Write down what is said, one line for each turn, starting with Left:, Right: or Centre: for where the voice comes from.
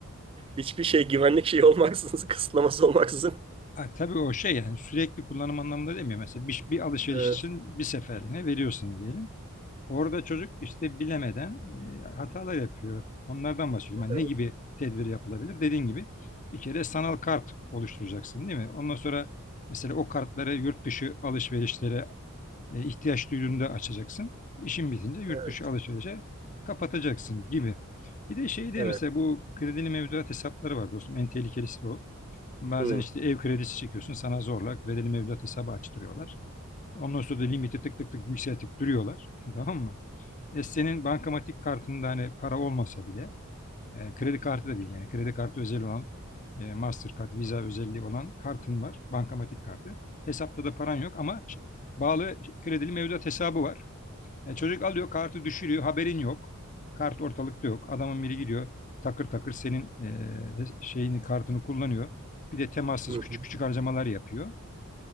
Right: Hiçbir şey güvenlik şeyi olmaksızın, <laughs> kısıtlaması olmaksızın.
Left: ha, tabii o şey yani sürekli kullanım anlamında demiyor. Mesela bir, bir alışveriş
Right: Evet,
Left: için bir seferliğine veriyorsun diyelim. Orada çocuk işte bilemeden e, hatalar yapıyor. Onlardan bahsediyorum. Hani
Right: evet,
Left: ne gibi tedbir yapılabilir? Dediğin gibi bir kere sanal kart oluşturacaksın değil mi? Ondan sonra mesela o kartları yurt dışı alışverişlere e, ihtiyaç duyduğunda açacaksın. İşin bitince yurt
Right: evet,
Left: dışı alışverişe kapatacaksın gibi. Bir de şey şeyde
Right: evet.
Left: mesela bu kredili mevduat hesapları var dostum. En tehlikelisi de o. Bazen
Right: Hı,
Left: işte ev kredisi çekiyorsun sana zorla kredili mevduat hesabı açtırıyorlar. Ondan sonra da limiti tık tık tık yükseltip duruyorlar. <laughs> Tamam mı? E, senin bankamatik kartında hani para olmasa bile e, kredi kartı da değil yani kredi kartı özel olan e, Mastercard, Visa özelliği olan kartın var. Bankamatik kartı. Hesapta da paran yok ama ş- bağlı kredili mevduat hesabı var. E, çocuk alıyor kartı düşürüyor haberin yok. Kart ortalıkta yok. Adamın biri gidiyor takır takır senin e, şeyini kartını kullanıyor. Bir de temassız
Right: hı,
Left: küçük
Right: hı.
Left: küçük harcamalar yapıyor.